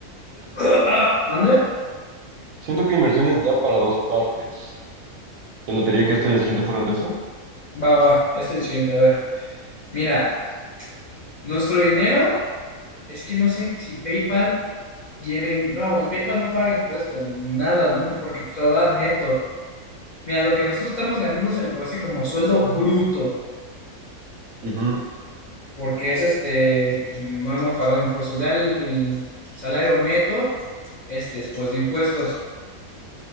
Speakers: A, on the left (about 65°); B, on the right (about 70°).
A: <clears throat> Ah, ¿Mande?
B: Siento que inversiones da para dos partes. ¿Te latería que este y el siguiente fueran de eso?
A: Va, va, va. ya está el siguiente. A ver, mira, nuestro dinero es que no sé si PayPal lleve, no, PayPal no paga impuestos, nada, no, porque te lo da neto. Mira, lo que nosotros estamos ganando se le conoce como sueldo bruto,
B: Ujú.
A: porque es este, pues, no hemos pagado impuestos. Ya el, el salario neto es después de impuestos.